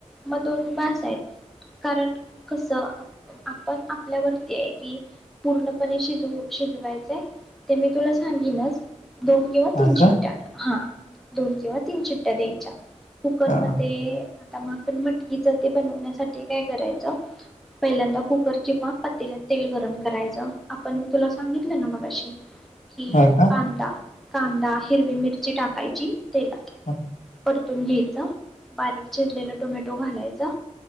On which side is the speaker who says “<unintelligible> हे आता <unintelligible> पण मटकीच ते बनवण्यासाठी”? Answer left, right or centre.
Centre